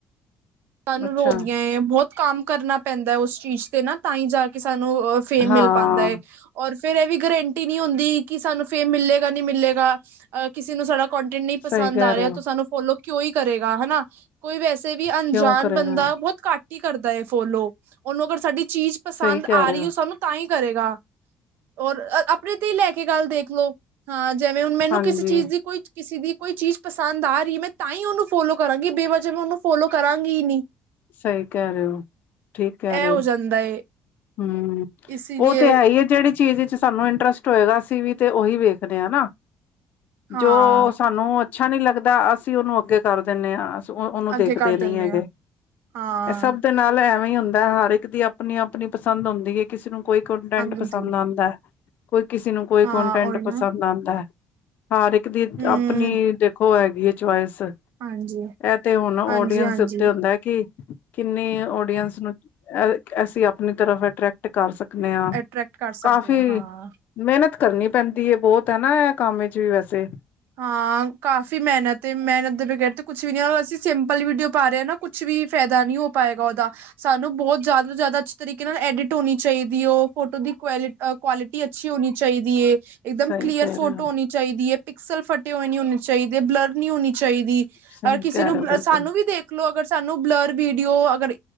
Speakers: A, on the right; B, on the left.
A: ਸਾਨੂੰ
B: ਅੱਛਾ
A: ਰੋਦੀਆਂ ਏ, ਬਹੁਤ ਕੰਮ ਕਰਨਾ ਪੈਂਦਾ, ਉਸ ਚੀਜ਼ ਤੇ ਨਾ ਤਾਂ ਹੀ ਜਾ ਕੇ ਸਾਨੂੰ ਅ ਫੇਮ
B: ਹਾਂ
A: ਮਿਲ ਪਾਂਦਾ ਏ। ਔਰ ਫੇਰ ਇਹ ਵੀ ਗਰੰਟੀ ਨਹੀਂ ਹੁੰਦੀ ਕਿ ਸਾਨੂੰ ਫੇਮ ਮਿਲੇਗਾ ਨੀ ਮਿਲੇਗਾ। ਅ ਕਿਸੇ ਨੂੰ ਸਾਡਾ ਕੋਂਟੈਂਟ ਨਹੀਂ ਪਸੰਦ
B: ਸਹੀ ਕਹਿ
A: ਆ
B: ਰਹੇ
A: ਰੇਆ
B: ਹੋ
A: ਤਾਂ ਸਾਨੂੰ ਫੋਲੋ ਕਿਉਂ ਹੀ ਕਰੇਗਾ ਹਨਾ। ਕੋਈ ਵੈਸੇ ਵੀ
B: ਕਿਉਂ
A: ਜਾਨ
B: ਕਰੇਗਾ
A: ਬੰਦਾ ਬਹੁਤ ਘੱਟ ਹੀ ਕਰਦਾ ਏ, ਫੋਲੋ ਉਹਨੂੰ ਅਗਰ ਸਾਡੀ ਚੀਜ਼ ਪਸੰਦ
B: ਸਹੀ ਕਹਿ
A: ਆ
B: ਰਹੇ
A: ਰਹੀ,
B: ਹੋ
A: ਓ ਸਾਨੂੰ ਤਾਂ ਹੀ ਕਰੇਗਾ। ਔਰ ਆਪਨੇ ਤੇ ਹੀ ਲੈ ਕੇ ਗੱਲ ਦੇਖ ਲਓ। ਹਾਂ, ਜੈਵੇਂ ਹੁਨ ਮੈਨੂੰ
B: ਹਾਂਜੀ
A: ਕਿਸੇ ਚੀਜ਼ ਦੀ ਕੋਈ ਕਿਸੇ ਦੀ ਕੋਈ ਚੀਜ਼ ਪਸੰਦ ਆ ਰਹੀ ਏ, ਮੈਂ ਤਾਂ ਹੀ ਉਨੂੰ ਫੋਲੋ ਕਰਾਂਗੀ। ਬੇ ਵਜਾ ਮੈਂ ਉਹਨੂੰ ਫੋਲੋ ਕਰਾਂਗੀ ਹੀ ਨੀ।
B: ਸਹੀ ਕੇਅ ਰੇਅ ਓ, ਠੀਕ ਕੇਅ ਰੇਅ
A: ਹੋ
B: ਓ।
A: ਜਾਂਦਾ ਏ
B: ਹੂੰ,
A: ਇਸ ਲੀਏ
B: ਓ ਤੇ ਹੈ ਹੀ ਆ, ਜੇੜੀ ਚੀਜ਼ ਸਾਨੂੰ ਇੰਟਰਸਟ ਹੋਏਗਾ, ਅਸੀਂ ਵੀ ਤੇ ਉਹੀ ਵੇਖਦੇ ਆਂ ਨਾ,
A: ਹਾਂ
B: ਜੋ ਸਾਨੂੰ ਅ ਅੱਛਾ, ਨਹੀਂ ਲੱਗਦਾ। ਅਸੀਂ ਉਨੂੰ ਅੱਗੇ ਕਰ ਦਿੰਦੇ ਆਂ। ਅਸੀ ਉਨੂੰ ਦੇਖਦੇ
A: ਅੱਗੇ ਕਰ
B: ਨੀ
A: ਦਿੰਦੇ
B: ਹੈਗੇ।
A: ਆ ਹਾਂ
B: ਐ ਸਭ ਦੇ ਨਾਲ ਐਵੇਂ ਹੀ ਹੁੰਦਾ, ਹਰ ਏਕ ਦੀ ਆਪਨੀ- ਆਪਨੀ ਪਸੰਦ ਹੁੰਦੀ ਏ। ਕਿਸੇ ਨੂੰ ਕੋਈ ਕੰਟੈਂਟ ਪਸੰਦ
A: ਹੁੰਦੀ ਏ,
B: ਆਂਦਾ, ਕੋਈ ਕਿਸੇ ਨੂੰ ਕੋਈ
A: ਹਾਂ
B: ਕੰਟੈਂਟ
A: ਉਹੀ
B: ਪਸੰਦ
A: ਨਾ
B: ਆਂਦਾ। ਹਰ ਇੱਕ ਦੀ
A: ਹਮ
B: ਆਪਨੀ ਦੇਖੋ ਹੈਗੀ ਏ ਚੁਆਏਸ।
A: ਹਾਂਜੀ
B: ਐ ਤੇ ਹੁਨ ਓਡੀਅੰਸ
A: ਹਾਂਜੀ ਹਾਂਜੀ
B: ਦੇ ਉੱਤੇ ਹੁੰਦਾ ਕਿ ਕਿੰਨੇ ਓਡੀਅੰਸ ਨੂੰ ਅ ਅਸੀਂ ਆਪਨੀ ਤਰਫ ਅਟਰ੍ਰੈਕਟ ਕਰ ਸਕ ਕਨੇ ਆਂ
A: ਅਟਰ੍ਰੈਕਟ ਕਰ
B: ਕਾਫੀ
A: ਸਕਦੇ ਹਾਂ ਹਾਂ
B: ਮੇਹਨਤ ਕਰਨੀ ਪੈਂਦੀ ਏ, ਬੋਹਤ ਏ ਨਾ, ਐ ਕੰਮ ਵਿੱਚ ਵੀ ਵੈਸੇ।
A: ਹਾਂ, ਕਾਫ਼ੀ ਮੇਹਨਤ, ਤੇ ਮੇਹਨਤ ਦੇ ਬਗੈਰ ਤੇ ਕੁਛ ਵੀ ਨੀ, ਅਸੀਂ ਸਿੰਪਲ ਵੀਡੀਓ ਪਾ ਰਹੇ ਆਂ ਨਾ। ਕੁਛ ਵੀ ਫ਼ਾਏਦਾ ਨੀ ਹੋ ਪਾਏਗਾ ਉਹਦਾ। ਸਾਨੂੰ ਬਹੁਤ ਜੇਆਦਾ ਤੋਂ ਜੇਆਦਾ ਅੱਛੀ ਤਰੀਕੇ ਨਾਲ ਐਡਿਟ ਹੋਨੀ ਚਾਹੀਦੀ ਏ। ਓ ਫੋਟੋ ਦੀ ਕੁਆਏਲ ਕੁਆਲਿਟੀ ਅੱਛੀ ਹੋਨੀ ਚਾਹੀਦੀ ਏ। ਇਕਦਮ
B: ਸਹੀ
A: ਕਲੀਅਰ
B: ਕਹਿ
A: ਫੋਟੋ
B: ਰਹੇ ਹੋ
A: ਹੋਨੀ ਚਾਹੀਦੀ ਏ, ਪਿਕਸਲ ਫਟੇ ਹੋਏ ਨੀ ਹੋਨੇ ਚਾਹੀਦੇ, ਬਲਰ ਨਹੀਂ ਹੋਨੀ ਚਾਹੀਦੀ।
B: ਸਹੀ
A: ਔਰ ਕਿਸੇ
B: ਕਹਿ
A: ਨੂੰ
B: ਰਹੇ ਹੋ ਬਿਲਕੁਲ
A: ਸਾਨੂੰ ਵੀ ਦੇਖ ਦੇਖ ਲੋ ਅਗਰ ਸਾਨੂੰ ਬਲਰ ਵੀਡੀਓ, ਅਗਰ